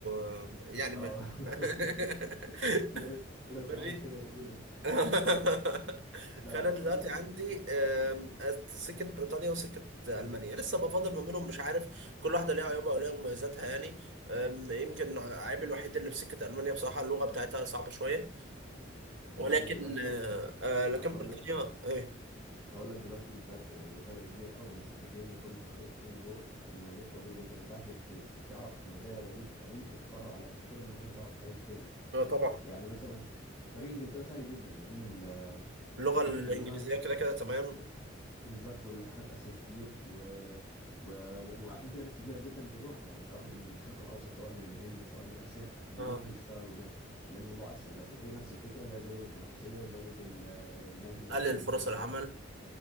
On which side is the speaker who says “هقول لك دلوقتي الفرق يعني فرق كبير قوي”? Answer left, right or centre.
Centre